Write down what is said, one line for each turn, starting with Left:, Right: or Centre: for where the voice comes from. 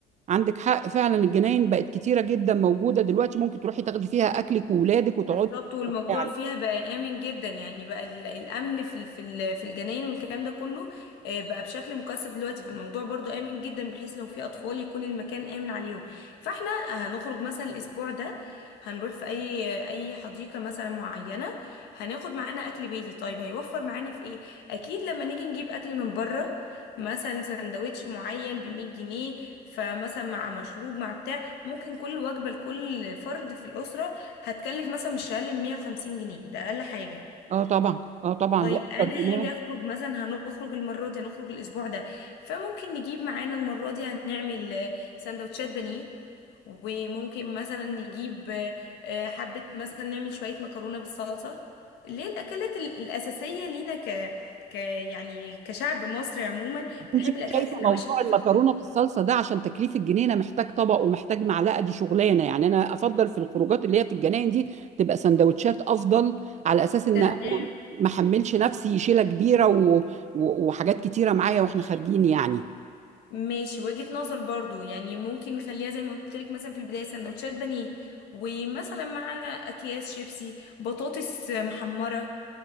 Right: عندك حق فعلا الجناين بقت كتيرة جدا موجودة دلوقتي ممكن تروحي تاخدي فيها أكلك وولادك وتقعدي
Left: بالظبط والموضوع
Right: تستمتعي.
Left: فيها بقى آمن جدا يعني بقى ال- الأمن في ال- في ال- في الجناين والكلام ده كله آه، بقى بشكل مكثف دلوقتي فالموضوع برضو آمن جدا بحيث لو في أطفال يكون المكان آمن عليهم فاحنا هنخرج مثلا الأسبوع ده هنروح في أي أي حديقة مثلا معينة هناخد معانا أكل بيتي طيب هيوفر معانا في إيه؟ أكيد لما نيجي نجيب أكل من بره مثلا سندوتش معين ب 100 جنيه فمثلا مع مشروب مع بتاع ممكن كل وجبة لكل فرد في الأسرة هتكلف مثلا مش اقل من 150 جنيه ده اقل حاجه
Right: اه طبعا اه طبعا
Left: طيب
Right: واكتر
Left: انا
Right: كمان
Left: هاجي اخرج مثلا هنخرج المره دي هنخرج الاسبوع ده فممكن نجيب معانا المره دي هنعمل آه، سندوتشات بانيه وممكن مثلا نجيب آه، آه، حبه مثلا نعمل شويه مكرونه بالصلصه اللي هي الاكلات ال- الاساسيه لينا ك ك يعني كشعب مصري عموما بنحب
Right: انت مش
Left: الاكلات
Right: شايفه
Left: النواشف
Right: موضوع
Left: دي
Right: المكرونه
Left: في الخروجات
Right: بالصلصه ده عشان تكليف الجنينه محتاج طبق ومحتاج معلقه دي شغلانه يعني انا افضل في الخروجات اللي هي في الجناين دي تبقى سندوتشات افضل على اساس ان
Left: تمام
Right: أنا ما احملش نفسي شيله كبيره و... و... وحاجات كتيره معايا واحنا خارجين يعني
Left: ماشي وجهة نظر برضو يعني ممكن نخليها زي ما قلت لك مثلا في البداية سندوتشات بانيه ومثلا مع أكياس شيبسي بطاطس محمرة